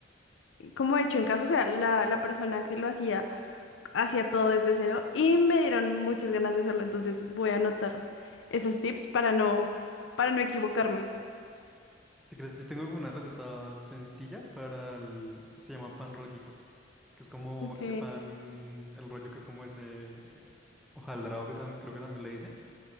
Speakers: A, on the left (about 80°); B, in the centre.
A: como hecho en casa, o sea, la, la persona que lo hacía hacía todo desde cero y me dieron muchas ganas de hacerlo, entonces voy a anotar esos tips para no, para no equivocarme.
B: Si quieres, yo tengo una receta sencilla para el... Se llama pan rollito, que es como
A: Ok,
B: ese pan, el rollo que es como ese eh, hojaldrado que tam- creo que también le dicen.